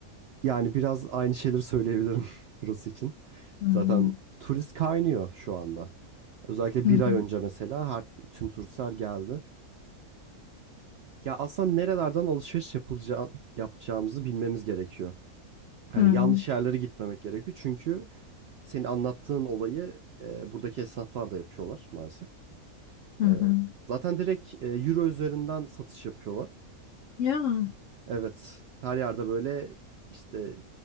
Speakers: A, on the right; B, on the left.
A: Yani biraz aynı şeyleri söyleyebilirim <laughs> burası için.
B: Hmm.
A: Zaten turist kaynıyor şu anda. Özellikle
B: Hı
A: bir
B: hı.
A: ay önce mesela her, tüm turistler geldi. Ya aslında nerelerden alışveriş yapılacağı, yapacağımızı bilmemiz gerekiyor. Hani
B: Hı hı.
A: yanlış yerlere gitmemek gerekiyor. Çünkü senin anlattığın olayı e, buradaki esnaflar da yapıyorlar maalesef. E,
B: Hı hı.
A: zaten direkt e, euro üzerinden satış yapıyorlar.
B: Ya.
A: Evet, her yerde böyle işte